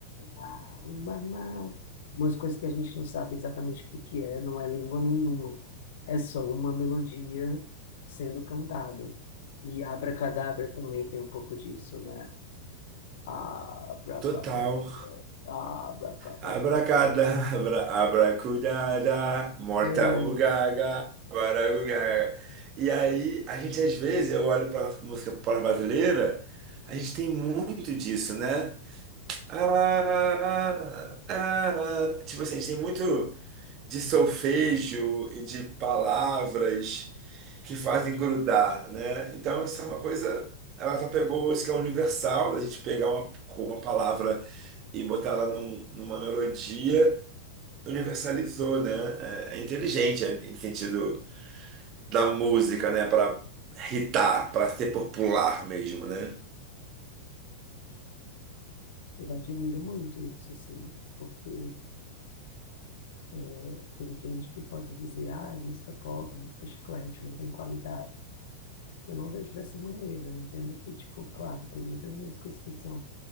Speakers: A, on the left (about 55°); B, on the right (about 35°).
A: na, uma, na. Umas coisas que a gente não sabe exatamente o que que é, não é língua nenhuma. É só uma melodia sendo cantada. E Abracadabra também tem um pouco disso, né? Abracadabra,
B: Total.
A: abracadabra.
B: Abracadabra, abracudada, morta
A: É,
B: ugaga, baragugaga. E aí, a gente às vezes, eu olho para a música popular brasileira, a gente tem muito disso, né? Ah, ah, ah. ah. Tipo assim, a gente tem muito de solfejo e de palavras que fazem grudar, né? Então, isso é uma coisa. Ela só pegou isso que é universal, da gente pegar uma, uma palavra e botar ela num- numa melodia universalizou, né? É, é inteligente é, no sentido da música, né? Para hitar, para ser popular mesmo, né?
A: eu admiro muito isso, assim, porque é, tem gente que pode dizer, ah, é música pop, música chiclete, não tem qualidade. Eu não vejo dessa maneira, eu entendo que, tipo, claro, tem muitas músicas que são